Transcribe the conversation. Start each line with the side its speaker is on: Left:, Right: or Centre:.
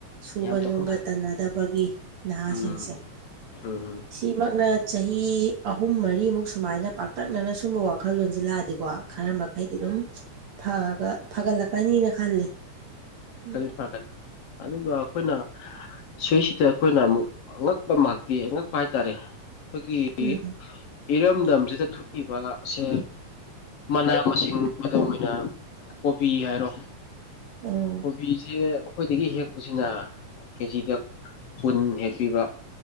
Right: ꯁꯨꯕ
Left: ꯌꯥꯝ ꯇꯧꯈꯠꯅꯔꯦ
Right: ꯅꯣꯝꯕ ꯇꯟꯅꯗꯕꯒꯤ ꯅꯍꯥꯁꯤꯡꯁꯦ
Left: ꯎꯝ ꯎꯝ
Right: ꯁꯤ ꯏꯃꯛꯅ ꯆꯍꯤ ꯑꯍꯨꯝ ꯃꯔꯤꯃꯨꯛ ꯁꯨꯃꯥꯏꯅ ꯄꯥꯛꯇꯛꯅꯅ ꯁꯨꯝꯕ ꯋꯥꯈꯜꯂꯣꯟꯖ‌ꯦ ꯂꯥꯛꯑꯗꯤꯀꯣ ꯈꯔ ꯃꯈꯩꯗꯤ ꯑꯗꯨꯝ ꯐꯒ ꯐꯒꯠꯂꯛꯀꯅꯤꯅ ꯈꯜꯂꯤ ꯎꯝ꯫
Left: ꯐꯔꯀꯅꯤ꯫ ꯑꯗꯨꯒ ꯑꯈꯣꯏꯅꯥ ꯁꯤꯁꯩꯗ ꯑꯩꯈꯣꯏꯅ ꯑꯃꯨꯛ ꯑꯉꯛꯄ ꯃꯀꯤ ꯑꯉꯛꯄ ꯍꯥꯏꯇꯥꯔꯦ ꯑꯩꯈꯣꯏꯒꯤ ꯒꯤ
Right: ꯎꯝ
Left: ꯏꯔꯝꯗꯝꯁꯤꯗ ꯊꯣꯛꯏꯕ ꯑꯁꯦ ꯃꯅꯥ ꯃꯁꯤꯡ ꯈꯨꯗꯝ ꯑꯣꯏꯅ ꯀꯣꯕꯤ ꯍꯥꯏꯔꯣ
Right: ꯎꯝ
Left: ꯀꯣꯕꯤꯁꯦ ꯑꯩꯈꯣꯏ ꯗꯒꯤ ꯍꯦꯛꯄꯁꯤꯅ ꯀꯦꯖꯤꯗ ꯀꯨꯟ ꯍꯦꯛ ꯄꯤꯕ